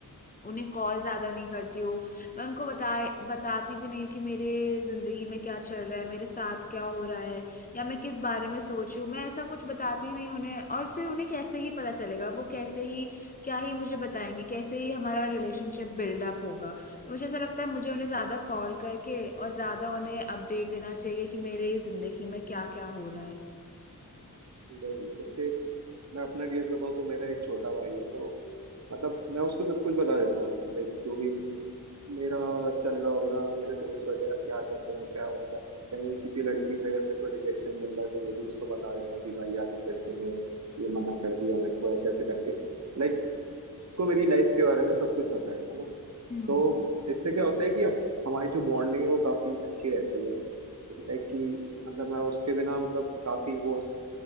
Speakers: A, on the left (about 25°); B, on the right (about 50°).
A: उन्हें कॉल ज्यादा नहीं करती हूँ मैं उनको बता बताती भी नहीं हूँ कि मेरे जिंदगी में क्या चल रहा है मेरे साथ क्या हो रहा है या मैं किस बारे में सोच रही हूँ मैं ऐसा कुछ बताती नहीं उन्हें और फिर उन्हें कैसे ही पता चलेगा वो कैसे ही क्या ही मुझे बताएंगे कैसे ही हमारा रिलेशनशिप बिल्डअप होगा तो मुझे ऐसा लगता है मुझे उन्हें ज्यादा कॉल करके और ज्यादा उन्हें अपडेट देना चाहिए कि मेरे जिंदगी में क्या क्या हो रहा है
B: तो वही जैसे मैं अपना केस बताऊं तो मेरा एक छोटा भाई है तो मतलब मैं उसको सब कुछ बता देता हूँ लाइक जो भी मेरा चल रहा होगा मेरे दोस्त वगैरह क्या कर रहे हैं क्या उनका कहीं किसी लड़की से अगर मेरे को रिजेक्शन मिल रहा है तो वो भी उसको बता देता हूँ कि भाई आज इस लड़की ने ये मना कर दिया मेरे को ऐसे ऐसे करके लाइक उसको मेरी लाइफ के बारे में सब कुछ बताया है ना
A: हम्म
B: तो इससे क्या होता है कि अब हमारी जो बॉन्डिंग है वो काफी अच्छी रहती है लाइक कि मतलब मैं उसके बिना मतलब काफी वो